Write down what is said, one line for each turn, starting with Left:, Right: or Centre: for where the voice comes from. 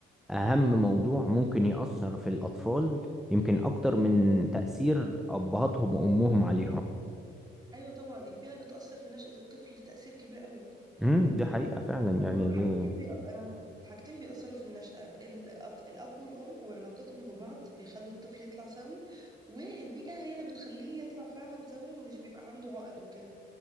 Centre: أهم موضوع ممكن يأثر في الأطفال يمكن أكتر من تأثير أبهاتهم وأمهم عليهم
Right: أيوة طبعا البيئة بتأثر في نشأة الطفل تأثير كبير قوي
Centre: امم دي حقيقة فعلا
Right: يعني
Centre: يعني
Right: هما
Centre: دي
Right: حاجتين بيأثروا أنا م- حاجتين بيأثروا في النشأة الأط- الأب والأم وعلاقتهم ببعض بيخلوا الطفل يطلع سوي والبيئة هي اللي بتخليه يطلع فعلا سوي ومش بيبقى عنده عقد وكده